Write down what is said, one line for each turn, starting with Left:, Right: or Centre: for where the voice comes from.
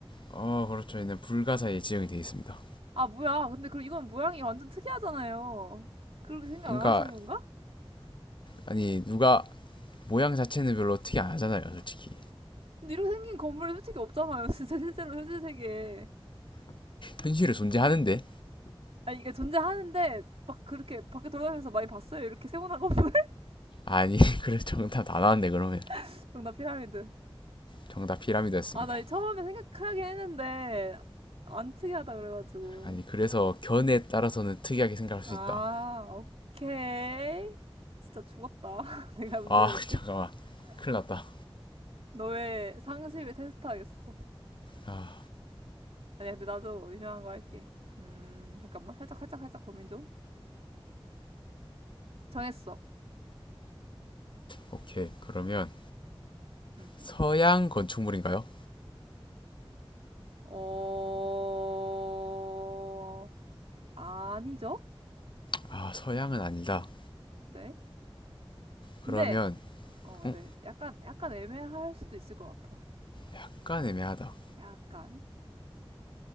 Left: 어 그렇죠. 얘는 불가사에 지정이 되어 있습니다.
Right: 아, 뭐야. 근데 그럼 이건 모양이 완전 특이하잖아요. 그렇게 생각
Left: 그러니까
Right: 안 하시는 건가?
Left: 아니 누가 모양 자체는 별로 특이 안 하잖아요, 솔직히.
Right: 근데 이렇게 생긴 건물이 솔직히 없잖아요. <laughs> 진짜 실제로 현실 세계에.
Left: 현실에 존재하는데.
Right: 아니, 이게 존재하는데 막 그렇게 밖에 돌아다니면서 많이 봤어요. 이렇게 세모난 건물.
Left: 아니 <laughs> 그래 정답 다 나왔네 그러면.
Right: <laughs> 정답 피라미드.
Left: 정답 피라미드였습니다.
Right: 아, 나 처음에 생각하긴 했는데 안 특이하다 그래가지고.
Left: 아니 그래서 견에 따라서는 특이하게 생각할
Right: 아,
Left: 수 있다.
Right: 오케이. 진짜 죽었다. <laughs> 내가 문제
Left: 아
Right: 낼게.
Left: <laughs> 잠깐만 큰일 났다.
Right: 너의 상식을 테스트하겠어.
Left: 아
Right: 아니야, 근데 나도 유명한 거 할게. 음, 잠깐만. 살짝, 살짝, 살짝 고민 좀. 정했어.
Left: 오케이 그러면
Right: 음,
Left: 서양
Right: 음.
Left: 건축물인가요?
Right: 어, 아니죠?
Left: 아 서양은 아니다.
Right: 네. 근데,
Left: 그러면
Right: 어,
Left: 음,
Right: 네. 약간, 약간 애매할 수도 있을 것 같아.
Left: 약간 애매하다.
Right: 약간.